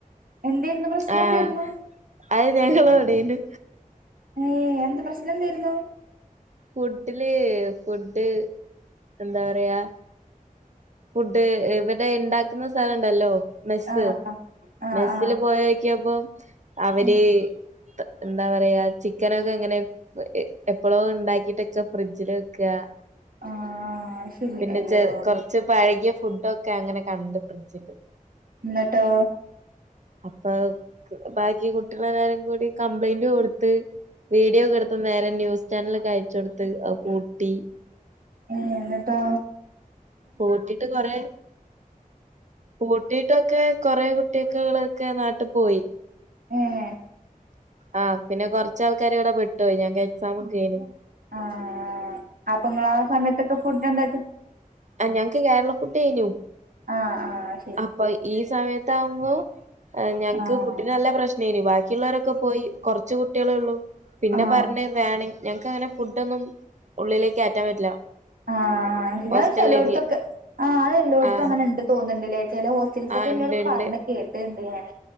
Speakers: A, on the right; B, on the right.
A: എന്തേർന്നു പ്രശ്നം
B: ആഹ്
A: എന്തേർന്നു
B: അത് ഞങ്ങളവിടേനു
A: ഏഹ് എന്ത പ്രശ്നം എന്തായിരുന്നു
B: ഫുഡില് ഫുഡ് എന്താറയാ ഇത് ഇവിടെ ഉണ്ടാക്കുന്ന സ്ഥലംണ്ടല്ലോ മെസ്സ്
A: ആഹ് ആഹ് ആഹ്
B: മെസ്സില്
A: ആഹ്
B: പോയക്കിയപ്പം അവര്
A: ആഹ്
B: എന്താ പറയാ ചിക്കനൊക്കെ ങ്ങനെ എപ്പളോ ഉണ്ടാക്കിട്ടൊക്ക ഫ്രിഡ്ജിൽ വെക്കുക
A: ആഹ് ശരി
B: പിന്നെ
A: അയ്യോ
B: ച കുറച്ച് പഴകിയ ഫുഡോക്കെ അങ്ങനെ കണ്ട് ഫ്രിഡ്ജില്
A: ഇന്നട്ടോ
B: അപ്പൊ ബാക്കി കുട്ടികളെല്ലാം കൂടി കംപ്ലൈന്റ് കൊടുത്ത് വീഡിയോ ഒക്കെ എടുത്ത് നേരെ ന്യൂസ് ചാനലൊക്കെ അയച്ച് കൊടുത്ത് അത്പൂട്ടി
A: ഏഹ് ന്നട്ടോ
B: പൂട്ടിട്ട് കൊറെ പൂട്ടിട്ടൊക്കെ കുറെ കൂട്ടികളൊക്കെ നാട്ടിൽ പോയി
A: ഏഹ്
B: ആ പിന്നെ കുറച്ചാൾക്കാർ ഇവിടെ പെട്ടോയി ഞങ്ങക്ക് എക്സാം ഒക്കെ ഏയിനിം
A: ആഹ് അപ്പൊ നിങ്ങൾ ആ സമയത്തൊക്കെ ഫുഡ എന്താട്ടി
B: ആ ഞങ്ങൾക്ക് കേരള ഫുഡ് ഏനു
A: ആ ആ അയ്ശരി
B: അപ്പൊ ഈ സമയത്താകുമ്പോ ആ ഞങ്ങൾക്ക്
A: ആഹ്
B: ഫുഡിന് ന നല്ല പ്രശ്നംഏനിം ബാക്കിയുള്ളവരൊക്കെ പോയി കുറച്ച കുട്ടികളെ ഉള്ളു പിന്നെ
A: ആഹ്
B: പറഞ്ഞത് വേണെങ്കി ഞങ്ങക്ക് അങ്ങനെ ഫുഡോന്നും ഉള്ളിലേക്ക് കയറ്റാൻ പറ്റില്ല
A: ആ ആ അത്
B: ഹോസ്റ്റലിലേക്ക്
A: ചെലോടത്തൊക്കെ ആ അത് എല്ലോടത്തും
B: ആഹ്
A: അങ്ങനെ ഉണ്ട് തോന്നിണ്ടില്ലേ ചില ഹോസ്റ്റൽസ്
B: ആഹ്
A: ഒക്കെ എന്നോട്
B: ഇണ്ട് ഇണ്ട്
A: പറഞ്ഞ് കേട്ടുണ്ട് ഞാന്